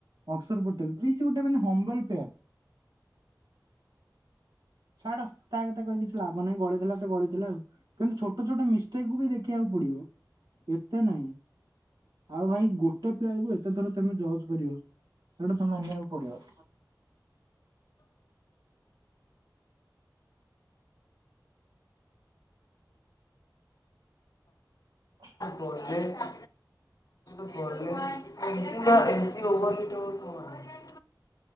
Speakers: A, on the right (about 85°); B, on the left (about 60°).
A: ଅକ୍ସଫର୍ ପୋଟେଲ <unintelligible> ସେ ଗୋଟେ ହମ୍ବଲ ପ୍ଲେୟାର। ଛାଡ ତା କଥା କହି କିଛି ଲାଭ ନାହିଁ ଗଳିଥିଲା ତ ଗଳିଥିଲା ଆଉ। କିନ୍ତୁ ଛୋଟ ଛୋଟ ମିଷ୍ଟେକ୍କୁ ବି ଦେଖିବାକୁ ପଡିବ ଏତେ ନାହିଁ। ଆଉ ଭାଇ ଗୋଟେ ପ୍ଲେୟାର କୁ ଏତେ ଥର ତମେ ଜଜ୍ କରିବ ସେଇଟା ତମେ ମାନିବାକୁ ପଡିବ। ହ
B: ହୁଁ ହୁଁ <unintelligible>